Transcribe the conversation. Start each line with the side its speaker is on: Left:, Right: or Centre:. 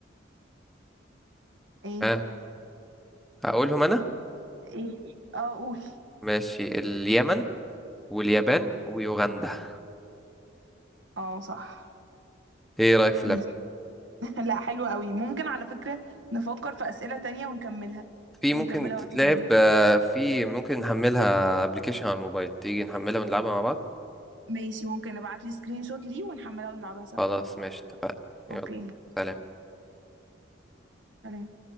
Right: ايه
Centre: ها هقولهم انا
Right: ايه اه قول
Centre: ماشي اليمن واليابان ويوغندا
Right: اه صح
Centre: ايه رأيك في اللعبة؟
Right: ماشي <laughs> لا حلو قوي ممكن على فكرة نفكر في أسئلة تانية ونكملها
Centre: في
Right: يعني
Centre: ممكن
Right: نكملها
Centre: تتلعب
Right: وقت تاني
Centre: آه، في ممكن نحملها ابلكيشن على الموبايل تيجي نحملها ونلعبها مع بعض
Right: ماشي ممكن ابعت لي سكرين شوت ليه ونحملها ونلعبها سوا
Centre: خلاص ماشي اتفقنا يلا
Right: اوكي
Centre: سلام
Right: سلام